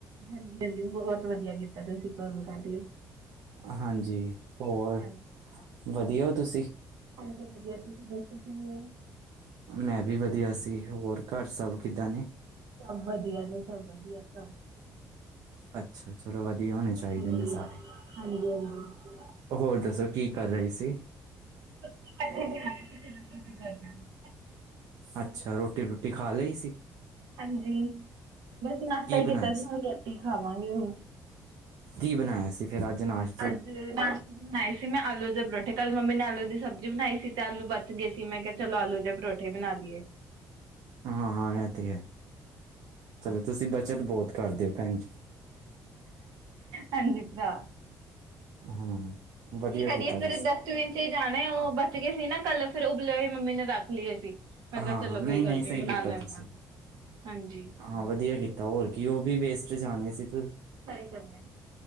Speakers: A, on the right; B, on the right.
A: ਹਾਂਜੀ ਹਾਂਜੀ ਬਹੁਤ ਵਧੀਆ ਕੀਤਾ ਤੁਸੀਂ ਕੋਲ ਕਰ ਲਈ।
B: ਹਾਂਜੀ ਹੋਰ
A: ਹਾਂਜੀ
B: ਵਧੀਆ ਔ ਤੁਸੀਂ?
A: ਹਾਂਜੀ ਵਧੀਆ ਤੁਸੀਂ ਦੱਸੋ ਕਿਵੇਂ ਹੋ।
B: ਮੈਂ ਵੀ ਵਧੀਆ ਸੀ, ਹੋਰ ਘਰ ਸਭ ਕਿੱਦਾਂ ਨੇ?
A: ਸਭ ਵਧੀਆ ਨੇ ਸਭ ਵਧੀਆ ਭ
B: ਅੱਛਾ ਚਲੋ ਵਧੀਆ ਹੋਣੇ ਚਾਹੀਦੇ
A: ਹਾਂਜੀ
B: ਨੇ ਸਾਰੇ।
A: ਹਾਂਜੀ ਹਾਂਜੀ।
B: ਹੋਰ ਦੱਸੋ ਕੀ ਕਰ ਰਹੇ ਸੀ?
A: ਕਰ <unintelligible>
B: ਅੱਛਾ ਰੋਟੀ ਰੂਟੀ ਖਾ ਲਈ ਸੀ।
A: ਹਾਂਜੀ ਬਸ ਨਾਸ਼ਤਾ
B: ਕੀ ਬਣਾਇਆ
A: ਹੀ ਕੀਤਾ ਸੀ ਹੁਣ ਰੋਟੀ ਖਾਵਾਂਗੇ ਹੁਣ।
B: ਕੀ ਬਣਾਇਆ ਸੀ ਫੇਰ ਅੱਜ ਨਾਸ਼
A: ਅੱਜ ਨਾਸ਼ ਬਣਾਏ ਸੀ ਮੈਂ ਆਲੂ ਦੇ ਪਰੋਠੇ ਕੱਲ ਮੰਮੀ ਨੇ ਆਲੂ ਦੀ ਸਬਜ਼ੀ ਬਣਾਈ ਸੀ ਤੇ ਆਲੂ ਬਚ ਗਏ ਸੀ ਮੈਂ ਕ ਚਲੋ ਆਲੂ ਦੇ ਪਰੌਠੇ ਬਣਾ ਲਈਏ।
B: ਹਾਂ-ਹਾਂ ਏ ਤੇ ਹੈ, ਚਲੋ ਤੁਸੀਂ ਬੱਚਤ ਬੋਤ ਕਰਦੇ ਓ ਭੈਣ ਜੀ।
A: ਹਾਂਜੀ ਭਰਾ।
B: ਹਾਂ ਵਧੀਆ
A: ਕੀ ਕਰਦੇ
B: ਕੀਤਾ
A: ਫੇਰ
B: ਤੁਸੀਂ
A: ਇਦਾ ਬੀਨ ਈ ਜਾਣੇ ਉਹ ਬਚ ਗਏ ਸੀ ਨਾ ਕੱਲ ਫੇਰ ਉਬਲੇ ਹੋਈ ਮੰਮੀ ਨੇ ਰੱਖ ਲੇ ਸੀ। ਮੈਂ ਕਿਆ
B: ਹਾਂ
A: ਚਲੋ
B: ਹਾਂ ਨਹੀਂ
A: ਕੋਈ ਗੱਲ
B: ਨਹੀਂ
A: ਨੀ
B: ਸਹੀ
A: ਬਣਾ
B: ਕੀਤਾ
A: ਲੈਨੇ
B: ਤੁਸੀਂ
A: ਆ ਹਾਂਜੀ।
B: ਹਾਂ ਵਧੀਆ ਕੀਤਾ ਹੋਰ ਕੀ ਉਹ ਵੀ ਵੇਸਟ ਜਾਣੇ ਸੀ ਫਿਰ।
A: ਸਈ ਕਰਦਾ